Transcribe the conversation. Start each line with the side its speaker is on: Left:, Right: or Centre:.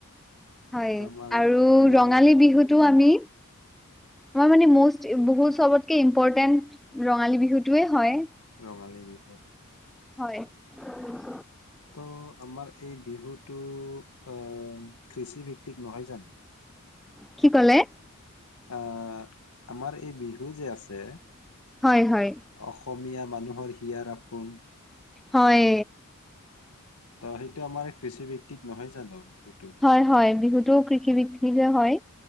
Centre: হয়,
Left: আমাৰ
Centre: আৰু
Left: আমাৰ
Centre: ৰঙালী বিহুটো আমি আমাৰ মানে মষ্ট, বহুত চবতকে ইম্পৰ্টেন্ট ৰঙালী বিহুটোয়ে হয়,
Left: ৰঙালী বিহুত
Centre: হয়। <unintelligible>
Left: ত' আমাৰ এই বিহুটো, আহ, কৃষি বি িক নহয় জানো?
Centre: কি কলে?
Left: আহ আমাৰ এই বিহু যে আছে
Centre: হয় হয়
Left: অসমীয়া মানুহৰ হিয়াৰ আপোন।
Centre: হয়।
Left: ত সেইটো আমাৰ কৃষি বিত্তিক নহয় জানো? বিহুটো
Centre: হয় হয় বিহুতো কৃষি বি য়ে হয়।